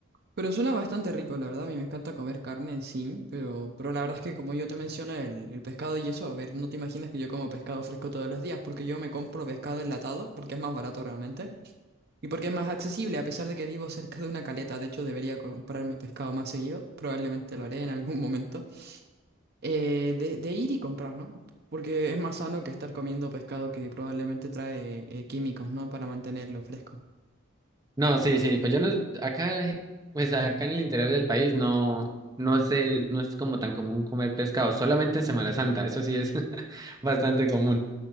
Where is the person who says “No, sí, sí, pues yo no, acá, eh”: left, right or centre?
Right